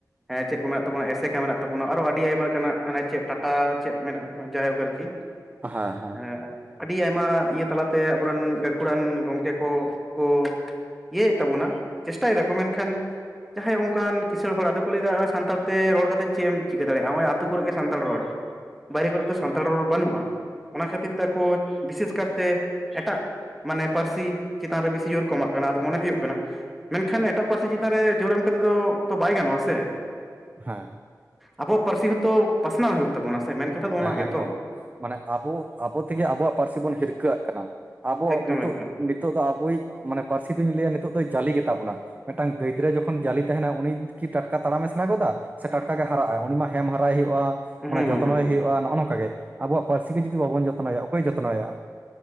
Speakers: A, in the centre; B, on the right.
A: ᱮᱸ ᱪᱮᱫ ᱠᱚ ᱢᱮᱱᱟᱜ ᱛᱟᱵᱚᱱᱟ ᱮᱥᱮᱠᱟ ᱢᱮᱱᱟᱜ ᱛᱟᱵᱚᱱᱟ ᱟᱨᱚ ᱟᱹᱰᱤ ᱟᱭᱢᱟ ᱞᱮᱠᱟᱱᱟᱜ ᱦᱟᱱᱮ ᱪᱮᱫ ᱴᱟᱴᱟ ᱪᱮᱫ ᱢᱮᱱᱟᱜᱼᱟ ᱡᱟᱭᱦᱳᱠ ᱟᱨᱠᱤ ᱮᱜ
B: ᱦᱮᱸ ᱦᱮᱸ
A: ᱟᱹᱰᱤ ᱟᱭᱢᱟ ᱤᱭᱟᱹ ᱛᱟᱞᱟᱛᱮ ᱟᱵᱚᱨᱮᱱ ᱜᱟᱹᱠᱷᱩᱲᱟᱱ ᱜᱚᱢᱠᱮ ᱠᱚ ᱠᱚ ᱤᱭᱟᱹᱭᱮᱫ ᱛᱟᱵᱚᱱᱟ ᱪᱮᱥᱴᱟᱭ ᱫᱟᱠᱚ ᱢᱮᱱᱠᱷᱟᱱ ᱡᱟᱦᱟᱸᱭ ᱚᱱᱠᱟᱱ ᱠᱤᱥᱟᱹᱬ ᱦᱚᱲ ᱟᱫᱚ ᱠᱚ ᱞᱟᱹᱭ ᱮᱫᱟ ᱱᱚᱜᱼᱚᱭ ᱥᱟᱱᱛᱟᱲᱛᱮ ᱨᱚᱲ ᱠᱟᱛᱮᱫ ᱪᱮᱫ ᱮᱢ ᱪᱤᱠᱟᱹ ᱫᱟᱲᱮᱭᱟᱜᱼᱟ ᱱᱚᱜᱼᱚᱭ ᱟᱛᱳ ᱠᱚᱨᱮᱜ ᱜᱮ ᱥᱟᱱᱛᱟᱲ ᱨᱚᱲ ᱵᱟᱭᱨᱮ ᱠᱚᱨᱮ ᱫᱚ ᱥᱟᱱᱛᱟᱲ ᱨᱚᱲ ᱵᱟᱹᱱᱩᱜᱼᱟ ᱚᱱᱟ ᱠᱷᱟᱹᱛᱤᱨ ᱛᱮ ᱟᱠᱚ ᱵᱤᱥᱮᱥ ᱠᱟᱨᱛᱮ ᱮᱴᱟᱜ ᱢᱟᱱᱮ ᱯᱟᱹᱨᱥᱤ ᱪᱮᱛᱟᱱ ᱨᱮ ᱵᱤᱥᱤ ᱡᱳᱨ ᱠᱚᱢᱟᱜ ᱠᱟᱱᱟ ᱟᱫᱚ ᱢᱚᱱᱮ ᱦᱩᱭᱩᱜ ᱠᱟᱱᱟ ᱢᱮᱱᱠᱷᱟᱱ ᱮᱴᱟᱜ ᱯᱟᱹᱨᱥᱤ ᱪᱤᱛᱟᱱ ᱨᱮ ᱡᱳᱨ ᱮᱢ ᱠᱟᱛᱮ ᱫᱚ ᱛᱚ ᱵᱟᱭ ᱜᱟᱱᱚᱜᱼᱟ ᱥᱮ
B: ᱦᱟ
A: ᱟᱵᱚᱣᱟᱜ ᱯᱟᱹᱨᱥᱤ ᱦᱚᱸᱛᱚ ᱯᱟᱥᱱᱟᱣ ᱦᱩᱭᱩᱜ ᱛᱟᱵᱚᱱᱟ ᱥᱮ ᱢᱮᱱ ᱠᱟᱛᱷᱟ ᱫᱚ
B: ᱦᱮᱸ
A: ᱚᱱᱟ ᱜᱮᱛᱚ
B: ᱮᱠᱫᱚᱢ ᱢᱟᱱᱮ ᱟᱵᱚ ᱟᱵᱚ ᱛᱮᱜᱮ ᱟᱵᱚᱣᱟᱜ ᱯᱟᱹᱨᱥᱤ ᱵᱚᱱ ᱦᱤᱨᱠᱟᱹᱣᱟᱜ ᱠᱟᱱᱟ, ᱟᱵᱚ
A: ᱮᱠᱫᱚᱢ
B: ᱱᱤᱛᱚᱜ
A: ᱮᱠᱫᱚᱢ
B: ᱱᱤᱛᱚᱜ ᱫᱚ ᱟᱵᱚᱭᱤᱡ ᱢᱟᱱᱮ ᱯᱟᱹᱨᱥᱤ ᱫᱩᱧ ᱞᱟᱹᱭᱟ ᱱᱤᱛᱚᱜ ᱫᱚ ᱡᱟᱞᱤ ᱜᱮ ᱛᱟ ᱵᱚᱱᱟ ᱢᱤᱫᱴᱟᱝ ᱜᱤᱫᱽᱨᱟᱹ ᱡᱚᱠᱷᱚᱱ ᱡᱟᱞᱤ ᱛᱟᱦᱮᱱᱟ ᱩᱱᱤ ᱠᱤ ᱴᱟᱴᱠᱟ ᱛᱟᱲᱟᱢᱮ ᱥᱮᱬᱟ ᱜᱚᱫᱟ ᱥᱮ ᱴᱟᱴᱠᱟᱜ ᱜᱮ ᱦᱟᱨᱟᱜᱼᱟᱭ ᱩᱱᱤ ᱢᱟ ᱦᱮᱢ ᱦᱟᱨᱟᱭ ᱦᱩᱭᱩᱜᱼᱟ
A: ᱦᱩᱸ
B: ᱢᱟᱱᱮ ᱡᱚᱛ ᱡᱚᱛᱚᱱᱚᱭ
A: ᱦᱩᱸ
B: ᱦᱩᱭᱩᱜᱼᱟ ᱱᱚᱜᱼᱚ ᱱᱚᱝᱠᱟ ᱜᱮ, ᱟᱵᱣᱟᱜ ᱯᱟᱹᱨᱥᱤ ᱜᱮ ᱡᱩᱫᱤ ᱵᱟᱵᱚᱱ ᱡᱚᱛᱚᱱᱱᱚᱭᱟ ᱚᱠᱚᱭᱮ ᱡᱚᱛᱱᱚᱭᱟ?